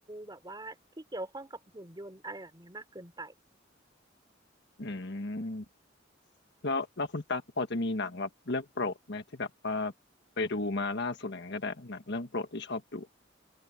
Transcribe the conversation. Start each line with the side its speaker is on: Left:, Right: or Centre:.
Right: แบบว่าที่เกี่ยวข้องกับหุ่นยนต์อะไรแบบเนี้ยมากเกินไป
Left: อืมแล้วแล้วคุณตั๊กพอจะมีหนังแบบเรื่องโปรดไหมที่แบบว่าไปดูมาล่าสุดอะไรอย่างเงี้ยก็ได้หนังเรื่องโปรดที่ชอบดู